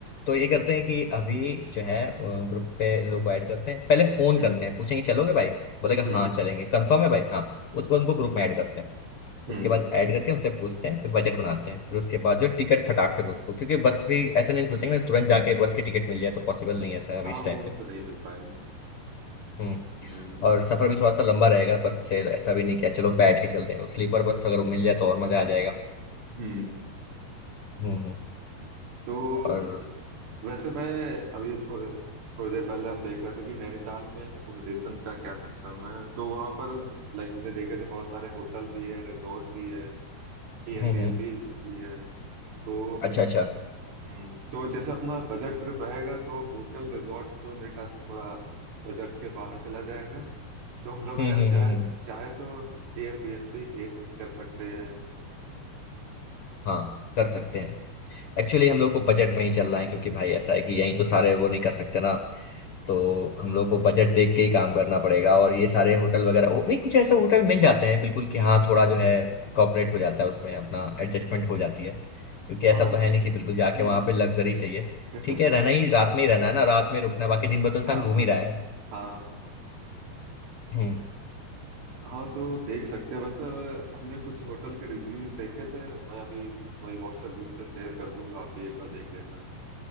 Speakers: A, on the left; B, on the right.
A: तो ये करते हैं कि अभी जो है ग्रुप पे लोग ऐड करते हैं पहले फोन
B: हम्म
A: करते हैं पूछेंगे चलोगे भाई बोलेगा
B: हम्म
A: हाँ चलेंगे कंफर्म है भाई हाँ उसको उनको ग्रुप में ऐड करते हैं
B: हम्म
A: उसके बाद ऐड करके उनसे पूछते हैं फिर बजट बनाते हैं फिर उसके बाद जो टिकट खटाक से पूछते हैं क्योंकि बस भी ऐसे नहीं सोचेंगे ना तुरंत हम्म, जाके बस की टिकट मिल जाए तो पॉसिबल नहीं है ऐसा अभी
B: हाँ
A: इस टाइम
B: वो
A: पे
B: तो नहीं मिल पाएगा
A: हम्म
B: हम्म
A: और सफर भी थोड़ा सा लंबा रहेगा बस से ऐसा भी नहीं किया चलो बैठ के चलते हैं स्लीपर बस अगर वो मिल जाए तो और मजा आ जाएगा
B: हम्म
A: हम्म हम्म
B: तो
A: और
B: वैसे मैं अभी थोड़े थोड़ी देर पहले हम देख रहे थे कि नैनीताल में एकोमोडेशन का क्या सिस्टम है तो वहां पर लाइक हमने देखे थे बहुत सारे होटल भी है रिजॉर्ट भी है एयरबीएनबीज
A: हम्म हम्म
B: भी है तो
A: अच्छा अच्छा
B: हम्म, तो जैसे अपना बजट ट्रिप रहेगा तो होटल रिजॉर्ट तो मेरे ख्याल से थोड़ा बजट के बाहर चला जाएगा तो हम लोग
A: हम्म
B: अगर
A: हम्म
B: चाहे
A: हम्म हम्म।
B: चाहे तो एयरबीएनबी एक कर सकते हैं
A: हाँ कर सकते हैं एक्चुअली हम लोग को बजट में ही चलना है क्योंकि भाई ऐसा है कि यहीं तो सारे वो नहीं कर सकते ना तो हम लोग को बजट देख के ही काम करना पड़ेगा और ये सारे होटल वगैरह ओ, नहीं कुछ ऐसे होटल मिल जाते हैं बिल्कुल कि हाँ थोड़ा जो है कॉपरेट हो जाता है उसमें अपना एडजस्टमेंट हो जाती है क्योंकि ऐसा
B: हाँ
A: तो
B: मतलब
A: है नहीं कि बिल्कुल जाके
B: हम्म
A: वहां पे लग्जरी चाहिए
B: <laughs>
A: ठीक है रहना ही रात में ही रहना है ना रात में रुकना है बाकी दिन भर तो इंसान
B: हाँ
A: घूम
B: बस
A: ही रहा है
B: हाँ
A: हम्म
B: हाँ तो देख सकते हैं वैसे हमने कुछ होटल के रिव्यूज देखे थे मैं अभी वही व्हाट्सएप ग्रुप पे शेयर कर दूंगा आप भी एक बार देख लेना